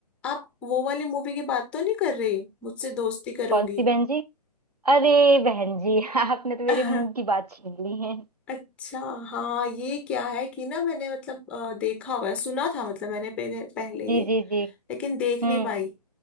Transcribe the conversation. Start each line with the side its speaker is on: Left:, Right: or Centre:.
Centre: आप वो वाली मूवी की बात तो नहीं कर रहे मुझसे दोस्ती करोगी
Right: कौन सी बहन जी अरे बहन जी <laughs> आपने तो मेरे
Centre: <laughs>
Right: मुंह की बात छीन ली है
Centre: अच्छा हाँ ये क्या है कि ना मैंने मतलब अ, देखा हुआ है सुना था मतलब मैंने पहले पहले
Right: जी
Centre: ये
Right: जी जी
Centre: लेकिन देख
Right: हम्म
Centre: नहीं पाई